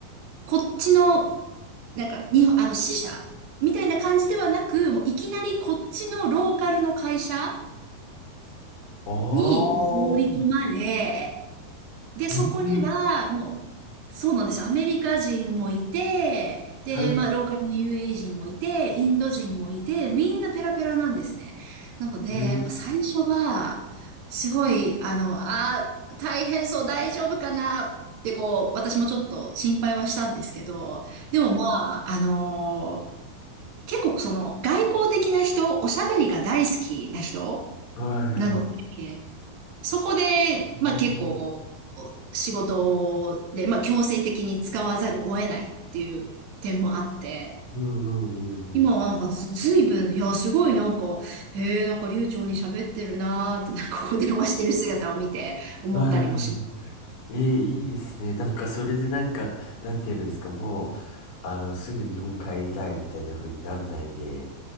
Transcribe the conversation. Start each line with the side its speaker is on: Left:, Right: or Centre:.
Right: こっちの、なんか、日本、あの、支社みたいな感じではなく、もういきなりこっちのローカルの会社
Left: ああ、
Right: にこう放り込まれ、で、そこには、
Left: ええ
Right: もう、そうなんですよ。アメリカ人もいて、で、
Left: 大切、
Right: まあ、ローカルの UAE 人もいて、インド人もいて、みんなペラペラなんですね。なので、
Left: ええ
Right: やっぱ最初は、すごい、あの、あー、大変そう、大丈夫かなって、こう、私もちょっと心配はしたんですけど、でもまあ、あのー結構その、外交的な人、おしゃべりが大好きな人
Left: はい、はい。
Right: なので、そこで、
Left: うん
Right: まあ結構、仕事で、まあ強制的に使わざるを得ないっていう点もあって、
Left: うんうんうん。
Right: 今はなんかず、ずいぶん、いや、すごいなんか、へえ、なんか流暢に喋ってるなーって、なんかここで電話してる姿を見て思ったりもします、
Left: はいはいええいいですね。なんか、それでなんか、なんて言えばいいんですか、もう、あの、すぐ日本帰りたいみたいな風になんないで、